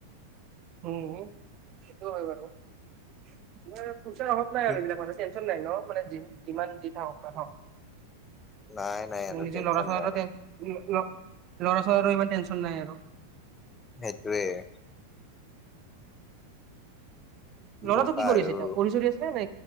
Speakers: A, on the right; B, on the left.
A: উম! সেইটো হয় বাৰু। <inaudible> প‌ইছাৰ অভাৱ নাই
B: কি
A: আৰু এইবিলাক মানুহ <unintelligible> টেনছন নাই ন মানে যিমান দি থাকক, নাথাকক <unintelligible>
B: নাই নাই সিহঁতৰ
A: নিজৰ
B: টেনচন
A: লৰা-ছোৱালীৰো
B: নাই
A: <unintelligible> ল'ৰা-ছোৱালীৰো ইমান টেনচন নাই আৰু।
B: সেইটোৱে। <inaudible>
A: লৰাটো
B: কবা
A: কি কৰি
B: আৰু
A: আছে এতিয়া? পঢ়ি-চঢ়ি আছে নে?